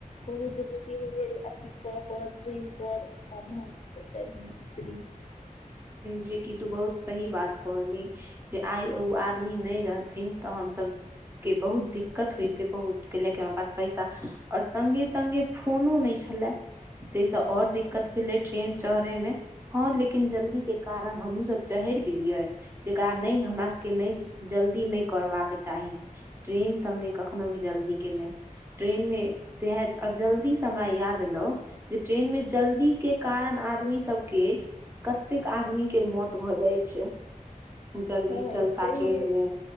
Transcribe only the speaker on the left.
बहुत दू तीन बेर अथी कऽ कर ट्रेन पर सावधानी से चढ़ी उतरी
हँ
चहिए